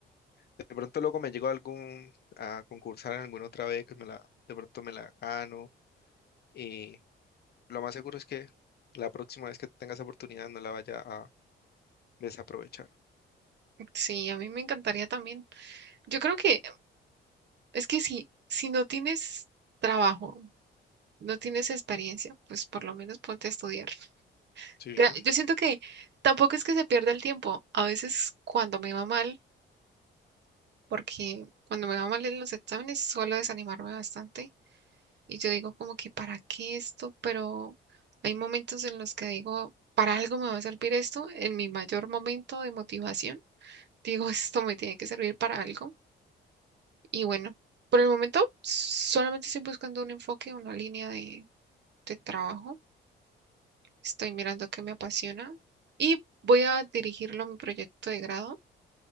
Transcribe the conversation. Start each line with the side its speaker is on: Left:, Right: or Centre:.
Left: de pronto luego me llegó algún a concursar en alguna otra vez que me la, de pronto me la gano y lo más seguro es que la próxima vez que tengas oportunidad no la vaya a desaprovechar.
Right: Sí, a mí me encantaría también. Yo creo que Es que si, si no tienes trabajo, no tienes experiencia, pues por lo menos ponte a estudiar.
Left: Sí.
Right: Mira, yo siento que tampoco es que se pierda el tiempo. A veces cuando me va mal, porque cuando me va mal en los exámenes suelo desanimarme bastante y yo digo como que ¿para qué esto? Pero hay momentos en los que digo, ¿para algo me va a servir esto? En mi mayor momento de motivación, digo, <laughs> esto me tiene que servir para algo. Y bueno, por el momento solamente estoy buscando un enfoque, una línea de de trabajo. Estoy mirando qué me apasiona y voy a dirigirlo a mi proyecto de grado.